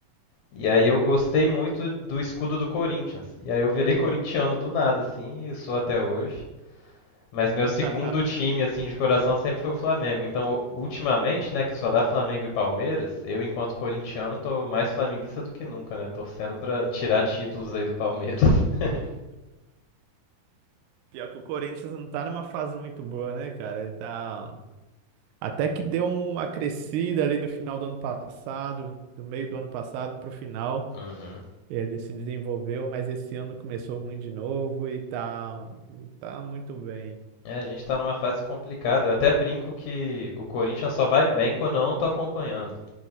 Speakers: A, on the left (about 75°); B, on the right (about 85°).
A: E aí eu gostei muito do escudo do Corinthians. E aí eu virei corintiano do nada, assim, e sou até hoje. Mas meu
B: <laughs>
A: segundo time, assim, de coração sempre foi o Flamengo. Então, ultimamente, né, que só dá Flamengo e Palmeiras, eu, enquanto corintiano, tô mais flamenguista do que nunca, né? Torcendo pra tirar títulos aí do Palmeiras. <laughs>
B: Pior que o Corinthians não tá numa fase muito boa, né, cara? Ele tá. Até que deu uma crescida ali no final do ano passado, do meio do ano passado para o final,
A: Uhum.
B: ele se desenvolveu, mas esse ano começou ruim de novo e tá, tá muito bem.
A: É, a gente tá numa fase complicada. Eu até brinco que o Corinthians só vai bem quando eu não tô acompanhando.